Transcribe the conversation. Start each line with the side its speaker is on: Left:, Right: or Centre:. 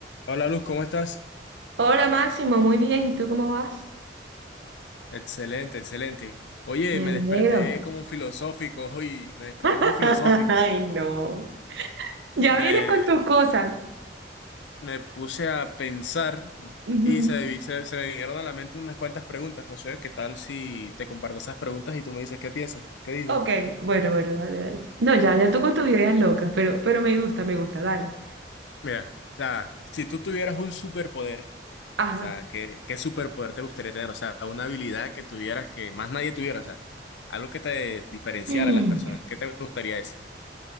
Left: Hola Luz, ¿cómo estás?
Right: Hola Máximo, muy bien. ¿Y tú cómo vas?
Left: Excelente, excelente. Oye,
Right: Me
Left: me
Right: alegro.
Left: desperté como filosófico hoy, me desperté
Right: <laughs>
Left: como filosófico.
Right: Ay, no. Ya
Left: Me,
Right: vienes con tus cosas.
Left: me puse a pensar
Right: Ujú.
Left: y se, vi- se, se me vinieron a la mente unas cuantas preguntas. No sé, ¿qué tal si te comparto esas preguntas y tú me dices qué piensas? ¿Qué dices?
Right: Ok, bueno, bueno, dale, dale. No, ya, ya tú con tus ideas locas, pero, pero me gusta, me gusta, dale.
Left: Mira, o sea, si tú tuvieras un superpoder,
Right: Ajá.
Left: o sea,
Right: <clears throat>
Left: ¿qué, qué superpoder te gustaría tener? O sea, una habilidad que tuvieras que más nadie tuviera, o sea, algo que te diferenciara
Right: Mm.
Left: a las personas. ¿Qué te gustaría eso?